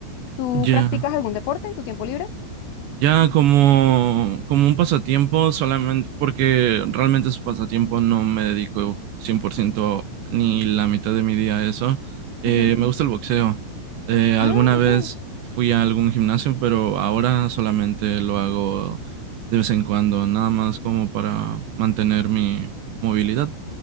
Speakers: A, on the left; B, on the right.
A: ¿Tú
B: Ya.
A: practicas algún deporte en tu tiempo libre?
B: Ya como, como un pasatiempo solamente, porque realmente es un pasatiempo, no me dedico 100% ni la mitad de mi día a eso. Eh,
A: Ujú.
B: me gusta el boxeo. Eh, alguna
A: Ah,
B: vez
A: ok.
B: fui a algún gimnasio, pero ahora solamente lo hago de vez en cuando, nada más como para mantener mi movilidad.